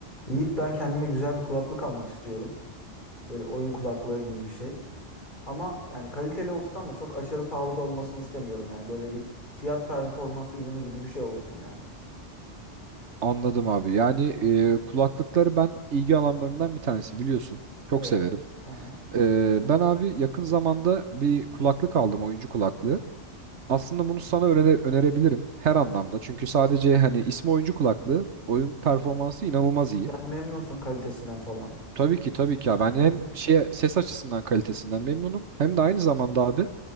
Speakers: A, on the left; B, on the right.
A: Yiğit ben kendime güzel bir kulaklık almak istiyorum. Böyle oyun kulaklığı gibi bir şey. Ama yani kaliteli olsun ama çok aşırı pahalı da olmasını istemiyorum. Yani böyle bir fiyat performans ürünü gibi bir şey olsun yani.
B: Anladım abi. Yani e, kulaklıkları ben ilgi alanlarımdan bir tanesi biliyorsun. Çok
A: Evet.
B: severim.
A: Aha.
B: E, ben abi yakın zamanda bir kulaklık aldım, oyuncu kulaklığı. Aslında bunu sana öne- önerebilirim her anlamda. Çünkü sadece hani ismi oyuncu kulaklığı, oyun performansı inanılmaz iyi.
A: Yani memnunsun kalitesinden falan.
B: Tabii ki tabii ki abi. Ben hem
A: Hı hı.
B: şey ses açısından kalitesinden memnunum hem de aynı zamanda abi